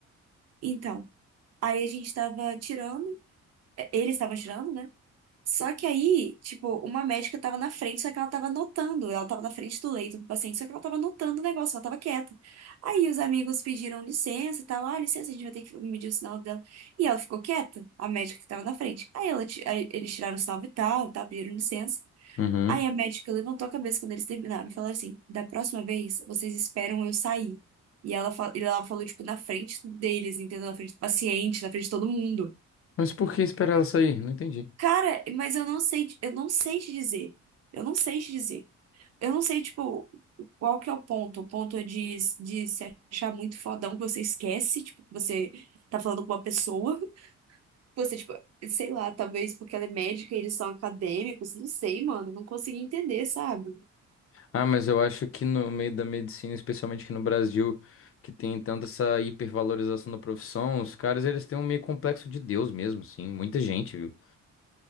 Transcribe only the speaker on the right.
Então, aí a gente tava tirando, é, eles estavam tirando, né? Só que aí, tipo, uma médica tava na frente, só que ela tava anotando. Ela tava na frente do leito do paciente, só que ela tava anotando o negócio, ela tava quieta. Aí os amigos pediram licença e tal. Ah, licença, a gente vai ter que medir o sinal dela. E ela ficou quieta, a médica que tava na frente. Aí, ela, ti- aí eles tiraram o sinal vital e tal, pediram licença.
Aí a médica levantou a cabeça quando eles terminaram e falou assim: da próxima vez, vocês esperam eu sair. E ela, fa- e ela falou, tipo, na frente deles, entendeu? Na frente do paciente, na frente de todo mundo.
Cara, mas eu não sei, te- eu não sei te dizer. Eu não sei te dizer. Eu não sei, tipo, qual que é o ponto. O ponto é de, de se achar muito fodão que você esquece, tipo, que você tá falando com uma pessoa. <laughs> Você, tipo, sei lá, talvez porque ela é médica e eles são acadêmicos. Não sei, mano. Não consegui entender, sabe?